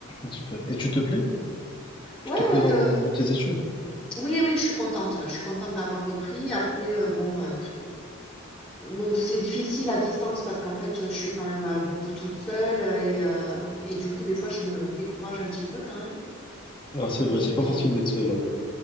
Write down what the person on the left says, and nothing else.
Super. Et tu te plais?
Tu te plais
dans
dans tes études?
Ah, c'est vrai,
c'est pas facile d'être seul là-bas.